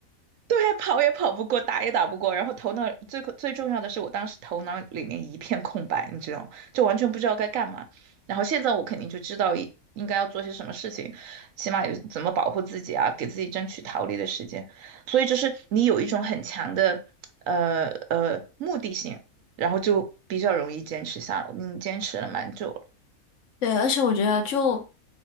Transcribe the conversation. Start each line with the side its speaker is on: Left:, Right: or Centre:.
Right: 对，跑也跑不过，打也打不过，然后头脑最最重要的是，我当时头脑里面一片空白，你知道吗？就完全不知道该干嘛。然后现在我肯定就知道应应该要做些什么事情，起码有怎么保护自己啊，给自己争取逃离的时间。所以就是你有一种很强的呃呃目的性，然后就比较容易坚持下来。你坚持了蛮久了。
Left: 对，而且我觉得就